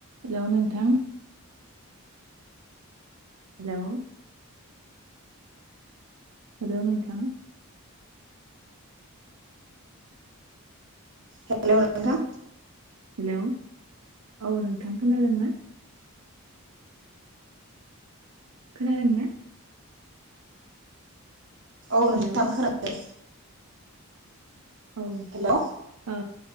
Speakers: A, on the right (about 85°); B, on the right (about 55°).
A: Hello नोंथां hello hello नोंथां
B: hello नोंथां
A: हेलौ औ नोंथां खोनादोंना? खोनादों ना?
B: औ
A: हेलौ
B: नोंदां खोनादों
A: औ
B: हेलौ
A: ओ